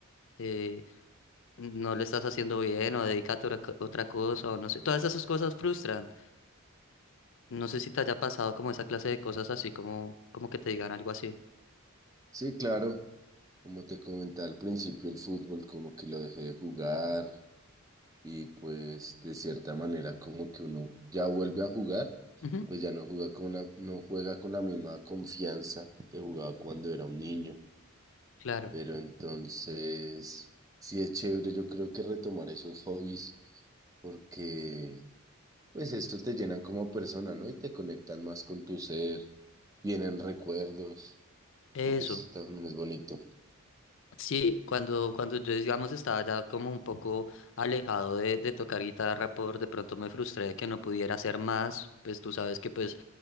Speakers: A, on the left; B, on the right.
A: eh, no lo estás haciendo bien o dedícate a otra co- otra cosa o no sé, todas esas cosas frustran. No sé si te haya pasado como esa clase de cosas así como, como que te digan algo así.
B: Sí, claro, como te comentaba al principio, el fútbol, como que lo dejé de jugar, y pues de cierta manera como que uno ya vuelve a jugar,
A: Ujú,
B: pues ya no juega con la, no juega con la misma confianza que jugaba cuando era un niño,
A: Claro,
B: pero entonces sí es chévere yo creo que retomar esos hobbies porque pues esto te llenan como persona, ¿no? Y te conectan más con tu ser, vienen recuerdos
A: eso.
B: y pues eso también es bonito.
A: Sí, cuando, cuando yo, digamos, estaba ya como un poco alejado de, de tocar guitarra, por de pronto me frustré de que no pudiera hacer más, pues tú sabes que pues